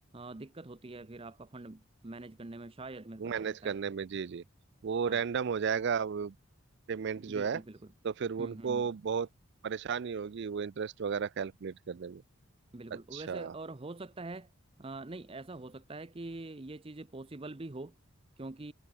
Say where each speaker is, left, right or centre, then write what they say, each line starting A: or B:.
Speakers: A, on the right; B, on the right.
A: अ, दिक्कत होती है फिर आपका फंड मैनेज करने में शायद मेरे को ऐसा
B: मैनेज
A: लगता
B: करने
A: है
B: में जी जी वो
A: हाँ
B: रैंडम हो जाएगा पेमेंट जो
A: बिल्कुल
B: है
A: बिल्कुल
B: तो फिर वो
A: हम्म
B: उनको
A: हम्म हम्म
B: बहुत परेशानी होगी वो इंटरेस्ट वगैरह कैलकुलेट करने में
A: बिल्कुल
B: अच्छा
A: वैसे और हो सकता है अ, नहीं ऐसा हो सकता है कि ये चीज़ें पॉसिबल भी हो क्योंकि